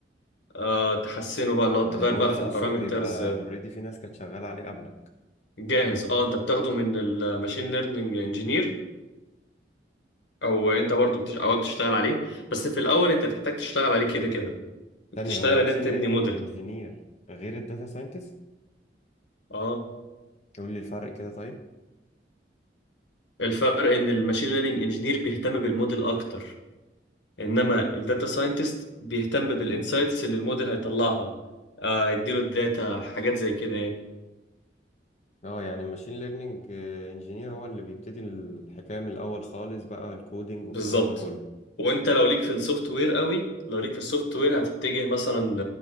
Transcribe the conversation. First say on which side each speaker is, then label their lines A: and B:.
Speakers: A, on the left; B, on the left.
A: آه تحسنه بقى اللي هو
B: يعني
A: تغير
B: الموديل
A: بقى في
B: اصلا
A: البارامترز
B: بيبقى اوريدي في ناس كانت شغاله عليه قبلك
A: جاهز اه انت بتاخده من الماشين ليرنينج انجينير او انت برضو بتش... او بتشتغل عليه بس في الاول انت تحتاج تشتغل عليه كده كده
B: ثانيه
A: تشتغل
B: هو الماشين
A: ان انت تبني
B: ليرنينج
A: موديل
B: انجينير غير الداتا ساينتست
A: اه
B: قول لي الفرق كده طيب
A: الفرق ان الماشين ليرنينج انجينير بيهتم بالموديل اكتر انما الداتا ساينتست بيهتم بالانسايتس اللي الموديل هيطلعها آه يديله الداتا حاجات زي كده يعني
B: اه يعني الماشين ليرنينج انجينير هو اللي بيبتدي الحكايه من الاول خالص بقى الكودينج والكلام
A: بالظبط
B: ده كله
A: وانت لو ليك في السوفت وير قوي لو ليك في السوفت وير هتتجه مثلا ل